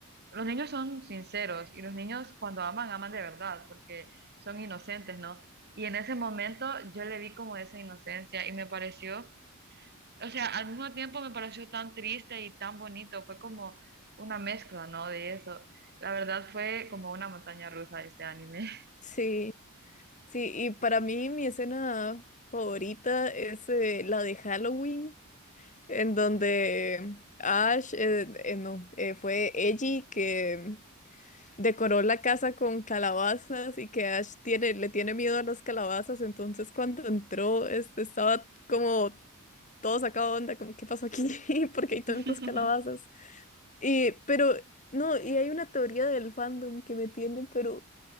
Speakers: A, on the right (about 50°); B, on the left (about 35°).
A: los niños son sinceros y los niños cuando aman, aman de verdad, porque son inocentes, ¿no? Y en ese momento yo le vi como esa inocencia y me pareció o sea, al mismo tiempo me pareció tan triste y tan bonito, fue como una mezcla, ¿no? De eso. La verdad fue como una montaña rusa este anime.
B: Sí, sí, y para mí mi escena favorita es eh, la de Halloween, en donde Ash, eh, eh, no, eh, fue Ellie que decoró la casa con calabazas y que Ash tiene, le tiene miedo a las calabazas, entonces cuando entró este, estaba como todo sacado de onda, como ¿qué pasó aquí? <laughs> ¿Por qué hay tantas
A: <laughs>
B: calabazas? Y, pero, no, y hay una teoría del fandom que me tiene, pero